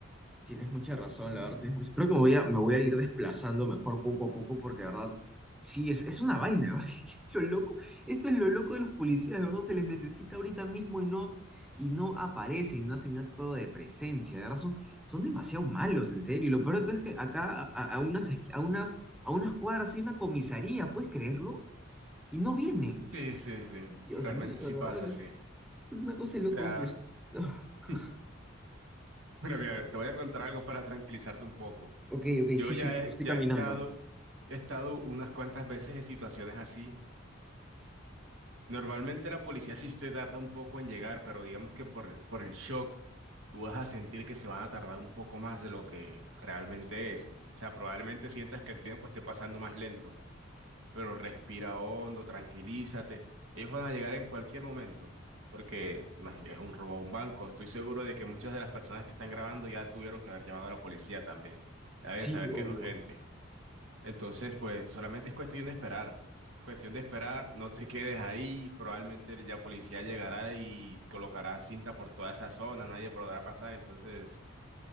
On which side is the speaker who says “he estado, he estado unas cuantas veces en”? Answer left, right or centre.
Right